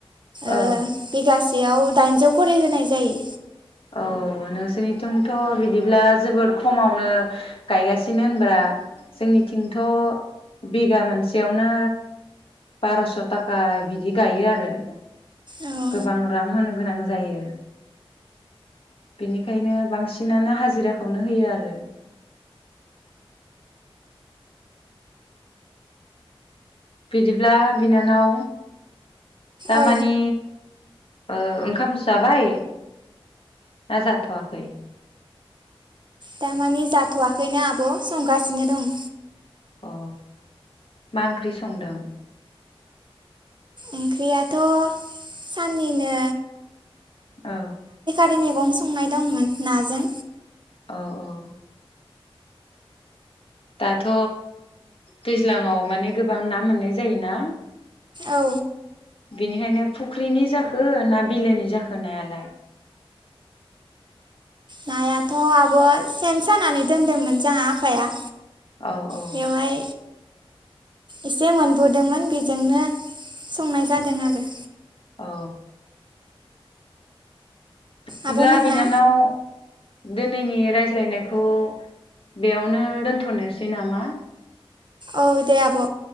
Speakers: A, on the right (about 50°); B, on the left (about 70°).
A: ओ
B: औ
A: बिगासे याव दाइनजौ खरि होनाय जायो।
B: औ नोंसोरनिथिंथ बिदिब्ला जोबोद खमावनो गायगासिनो होनब्रा जोंनिथिंथ बिगा मोनसेयावनो बारस ताका बिदि गायो आरो
A: औ
B: गोबां रां होनो गोनां जायो। बेनिखायनो बांसिनानो हाजिराखौनो होयो आरो। बिदिब्ला बिनानाव दामानि
A: औ
B: ओ ओंखाम जाबाय ना जाथवाखै?
A: दामाने जाथवाखैनो आब' संगासिनो दं।
B: अ मा ओंख्रि संदों?
A: इंख्रियाथ साननिनो
B: औ।
A: मैगं-संनाय दंमोन नाजों
B: औ औ। दाथ' दैज्लाङाव माने गोबां ना मोननाय जायोना।
A: औ।
B: बेनिखायनो फुख्रिनि जाखो ना बिलोनि जाखो नायालाय?
A: नायाथ' आब' सेन सानानै दोनदोंमोन जोंहा आफाया
B: औ औ।
A: बेवहाय एसे मोनबोदोंमोन बेजोंनो संनाय जादों आरो।
B: औ। बिदिब्ला
A: आब'मोनहा
B: बिनानाव दिनैनि रायज्लायनायखौ बेयावनो दोनथ'नोसै नामा?
A: औ दे आब'